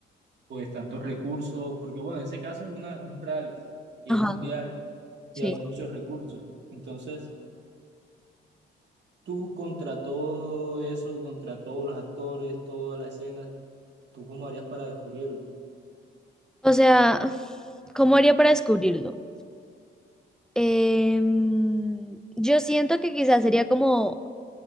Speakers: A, on the right; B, in the centre.
A: pues tantos recursos, porque bueno, en ese caso es una, es un reality y
B: Ajá,
A: es mundial
B: sí.
A: y hay muchos recursos. Entonces, tú contra todo eso, contra todos los actores, toda la escena, ¿Tú cómo harías para descubrirlo?
B: O sea, ¿cómo haría para descubrirlo? Em, yo siento que quizás sería como,